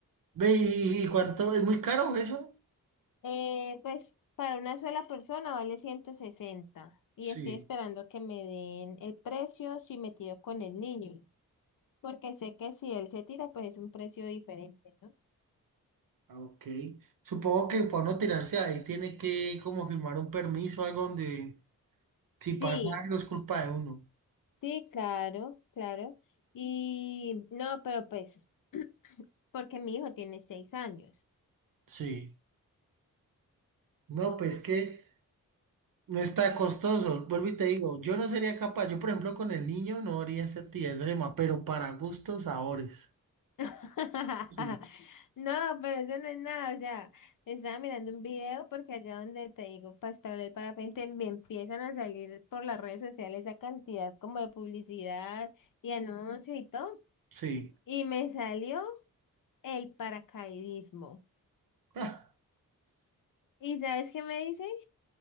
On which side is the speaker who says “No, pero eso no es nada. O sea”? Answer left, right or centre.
Left